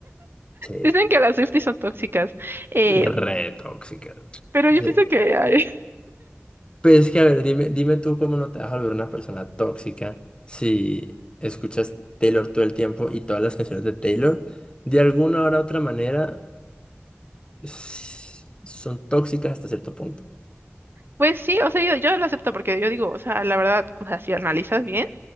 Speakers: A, on the left (about 20°); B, on the right (about 55°).
A: sí,
B: Dicen que las Swifties son tóxicas, eh,
A: re tóxica.
B: pero yo
A: Sí.
B: pienso que... ay, <laughs>
A: Pero es que, a ver, dime, dime tú cómo no te vas a volver una persona tóxica si escuchas Taylor todo el tiempo y todas las canciones de Taylor, de alguna hora u otra manera, s- son tóxicas hasta cierto punto.
B: pues sí, o sea, yo, yo lo acepto porque yo digo, o sea, la verdad, o sea, si analizas bien,